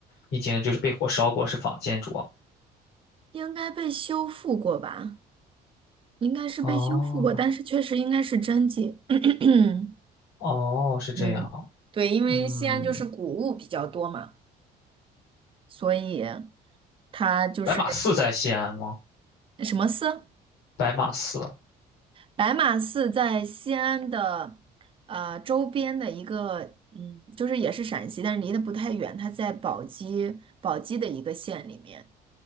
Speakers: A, on the left; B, on the right.
A: 已经就是被火烧过，是仿建筑啊？
B: 应该被修复过吧？应该是被修复过，
A: 哦
B: 但是确实应该是真迹。<clears throat>
A: 哦，是这样。
B: 嗯，对，因为西安就是古物比较多嘛，
A: 嗯，
B: 所以它就是
A: 白马寺在西安吗？
B: 什么寺？
A: 白马寺，
B: 白马寺在西安的呃周边的一个，嗯，就是也是陕西，但是离得不太远，它在宝鸡宝鸡的一个县里面。